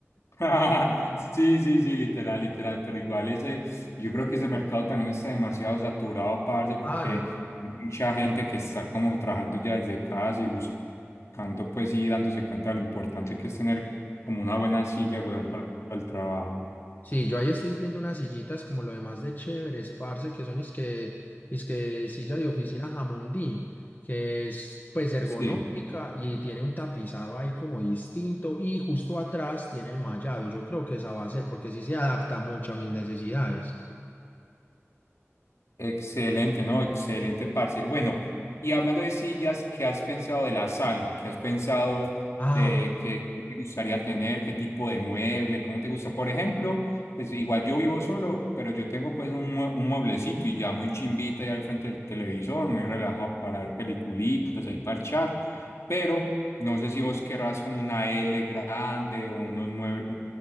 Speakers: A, on the left; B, on the left.
A: <laughs> Sí, sí, sí, literal, literal. Pero igual ese, yo creo que ese mercado también está demasiado saturado, parce, porque
B: Ah, no.
A: mucha gente que está como trabajando ya desde casa y buscando, pues, y dándose cuenta de lo importante que es tener como una buena silla, weón, para para el trabajo.
B: Sí, yo ahí estoy viendo unas sillitas como lo demás de chéveres, parce, que son es que, es que silla de oficina Jamundí, que es pues ergonómica
A: Sí.
B: y tiene un tapizado ahí como distinto y justo atrás tiene el mallado. Yo creo que esa va a ser porque sí se adapta mucho a mis necesidades.
A: Excelente, ¿no? Excelente, parce. Bueno, y hablando de sillas, ¿qué has pensado de la sala? ¿Qué has pensado
B: Ah,
A: de
B: bueno.
A: qué, qué te gustaría tener? ¿Qué tipo de mueble? ¿Cómo te gusta? Por ejemplo, pues igual yo vivo solo, pero yo tengo pues un, mue- un mueblecito y ya muy chimbita ahí al frente del televisor, muy relajado para ver peliculitas, ahí parchar, pero no sé si vos querrás como una L grande, unos muebles,